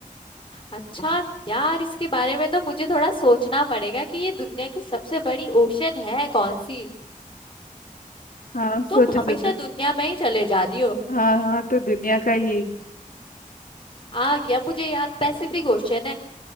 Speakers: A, on the left; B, on the left.
A: अच्छा यार इसके बारे में तो मुझे थोड़ा सोचना पड़ेगा कि ये दुनिया की सबसे बड़ी ओशन है कौन सी
B: हाँ
A: तुम
B: सोचो
A: हमेशा
B: सोचो
A: दुनिया में ही चले जा रही हो
B: हाँ हाँ तो दुनिया का ही
A: आ गया मुझे याद पैसिफिक ओशन है